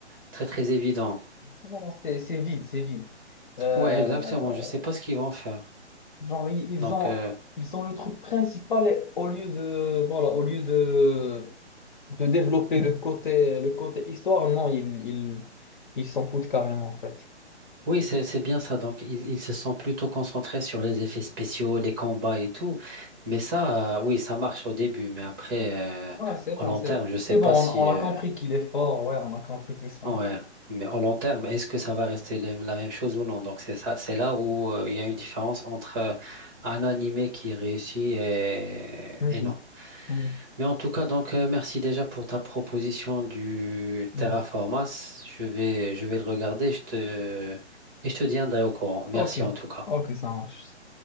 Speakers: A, on the right; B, on the left.
A: très, très évident.
B: Non, C'est c'est vide, c'est vide. Euh,
A: Ouais, exactement. Je sais pas ce qu'ils vont faire.
B: genre, ils ils
A: Donc,
B: ont,
A: euh,
B: ils ont le truc principal et au lieu de, voilà, au lieu de, de développer le côté, le côté histoire, non, ils, ils, ils s'en foutent carrément, en fait.
A: Oui, c'est c'est bien ça. Donc, ils, ils se sont plutôt concentrés sur les effets spéciaux, les combats et tout. Mais ça, euh, oui, ça marche au début. Mais après, euh,
B: Ouais, c'est
A: au
B: bon,
A: long
B: c'est
A: terme, je sais
B: c'est
A: pas
B: bon, on,
A: si.
B: on a
A: euh,
B: compris qu'il est fort, ouais, on a compris tout ça.
A: ouais. Mais au long terme, est-ce que ça va rester le- la même chose ou non? Donc, c'est ça. C'est là où euh, il y a une différence entre euh, un animé qui réussit et,
B: Hmm,
A: et non.
B: hmm,
A: Mais en tout cas, donc, euh, merci déjà pour ta proposition du
B: hmm.
A: Terraformas. Je vais, je vais le regarder. Je te, et je te tiendrai au courant. Merci
B: Ok,
A: en tout cas.
B: ok, ça marche.